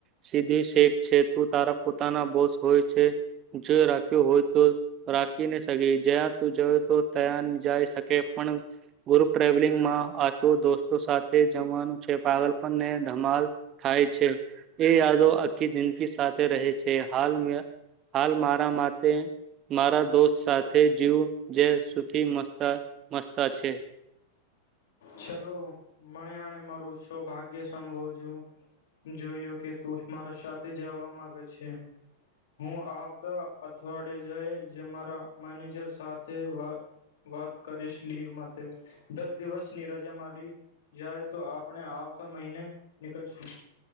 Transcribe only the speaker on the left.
ચલો મણે આણે મારું સૌભાગ્ય સંભોજું જોયું કે તું મારા સાથે જવા માગે છે હું આવતા અઠવાડે જાય જે મારા મેનેજર સાથે વા વાત કરીશ લીવ માટે દસ દિવસની રજા મળી જાય તો આપણે આવતા મહિને નીકલશું